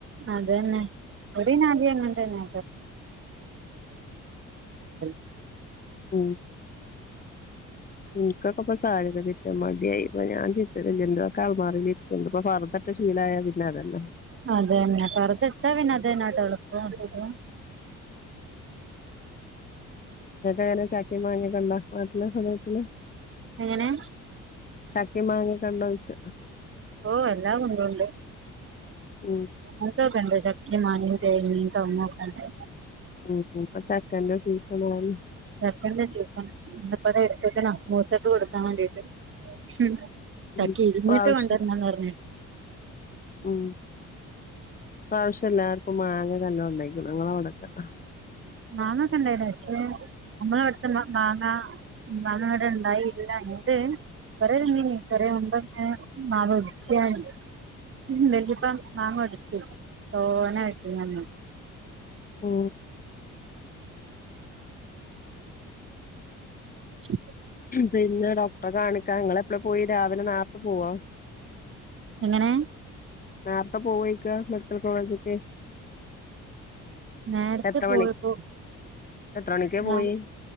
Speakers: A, on the right; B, on the left.
A: അതെന്നെ, ഇവടിനാദ്യങ്ങൻതന്നെ. <unintelligible>
B: മ് ഇൻകൊക്കെപ്പം സാര്യൊക്കെ ചിറ്റാൻ മടിയായി. ഇപ്പ ഞാൻ ചിറ്റലില്ല, ന്റതൊക്കെ ആൽമാറീലിര്ക്ക്ണ്ട്. ഇപ്പ ഫർതട്ട് ശീലായ പിന്നതെന്നെ.
A: അതെന്നെ, പർതട്ടാപിന്നെ അതെന്നെടെളെളു എൾപം സുഖും.
B: ഇങ്ങക്കെങ്ങനാ ചാക്കിം മാങ്ങൊക്കണ്ട നാട്ട്ല് ങ്ങ വ്ട്ട്ല്?
A: എങ്ങനെ?
B: ചക്കിം, മാങ്ങിക്കൊണ്ടോയ്ച്ച.
A: ഓ എല്ലാം കുന്തൂണ്ട്
B: മ്
A: അങ്ങൻതൊക്കണ്ട്, ചക്കിം, മാങ്ങിം, തേങ്ങിം, കൗങ്ങൊക്കണ്ട്.
B: മ് മ് ഇപ്പ ചക്കന്റെ സീസണാണ്.
A: ചക്കന്റെ സീസൺ ന്ന്പതെട്ത്ക്ണാ മൂത്ത കൊട്ക്കാമാണ്ടീട്ട്, മ്ഹ് ചക്ക
B: ഇപ്രാവശ്യം
A: ഇര്ഞ്ഞിട്ട് കൊണ്ടൊര്ണംന്നറ്ഞ്ഞ്ണ്.
B: മ് ഇപ്രാവ്ശ്യം എല്ലാർക്കും മാങ്ങക്കെ നല്ലോം ണ്ടായ്ക്ക്ണ് ഇങ്ങളവ്ടക്കണ്ടോ?
A: മാങ്ങക്കെണ്ടായിന് പക്ഷെ നമ്മളെവട്ത്ത മാങ്ങ മാങ്ങ വടെ ണ്ടായീല്ല, ണ്ട്. കൊറേ തിന്നീനി കൊറേ മുമ്പൊക്കെ മാവൊട്ച്ചാഞ്ഞി വല്ല്യപ്പ മാങ്ങൊട്ച്ച് തോനെ കിട്ടീനന്ന്
B: മ്
A: <inaudible>
B: പിന്നെ ഡോക്ടറെ കാണിക്കാ ഇങ്ങളെപ്പെളെ പോയി, രാവിലെ നാർത്ത പോവോ?
A: എങ്ങനെ?
B: നേർത്തെ പോവോയ്ക്ക മെഡിക്കൽകോളേജ്ക്ക്?
A: നേര്ത്തെ
B: എത്ര
A: പോയ്
B: മണി
A: പ്പൊ
B: എത്ര മണിക്കാ
A: ന
B: പോയി